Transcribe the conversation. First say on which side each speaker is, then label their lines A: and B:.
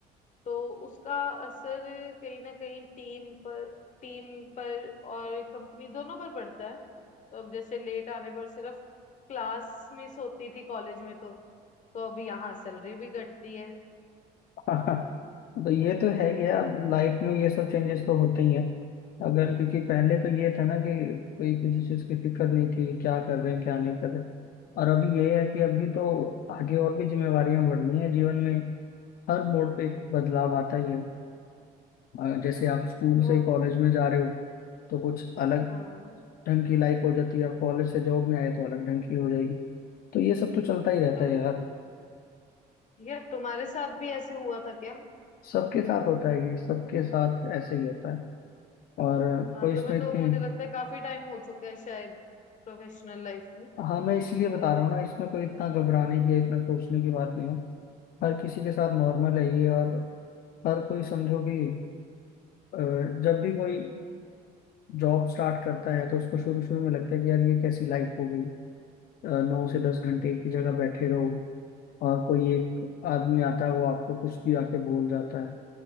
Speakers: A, on the left; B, on the left.
A: तो उसका असर कहीं ना कहीं टीम पर टीम पर और कंपनी दोनों पर पड़ता है तो अब जैसे लेट आने पर सिर्फ क्लास मिस होती थी कॉलेज में तो तो अब यहाँ सैलरी भी घटती है
B: हाँ, तो ये
A: तो
B: तो है ही है अब लाइफ में ये सब चेंजेस तो होते ही हैं अगर क्योंकि पहले तो ये था ना कि कोई किसी चीज की फिक्र नहीं थी क्या कर रहे हैं क्या नहीं कर रहे हैं। और अभी ये है कि अभी तो आगे और भी जिम्मेवारियां बढ़नी है जीवन में हर मोड़ पे एक बदलाव आता ही है अ, जैसे आप स्कूल
A: तो
B: से कॉलेज में जा रहे हो तो कुछ अलग
A: हाँ
B: ढंग की लाइफ हो जाती है आप कॉलेज से जॉब में आए तो अलग ढंग की हो जाएगी तो ये सब तो चलता ही रहता
A: तो
B: है यार
A: यार तुम्हारे साथ भी ऐसे हुआ था क्या
B: सबके साथ होता है ये सबके साथ ऐसे ही होता है और
A: हाँ
B: कोई इसमें
A: तुम्हें
B: इतनी
A: तो मुझे लगता है काफी टाइम हो चुका है शायद प्रोफेशनल लाइफ में
B: हाँ मैं इसलिए बता रहा हूँ ना इसमें कोई इतना घबराने की इतना सोचने की बात नहीं है हर किसी के साथ नॉर्मल है ये और हर कोई समझो कि अ, जब भी कोई जॉब स्टार्ट करता है तो उसको शुरू शुरू में लगता है कि यार ये कैसी लाइफ हो गई अ, नौ से दस घंटे एक ही जगह बैठे रहो और कोई एक आदमी आता है वो आपको कुछ भी आके बोल जाता है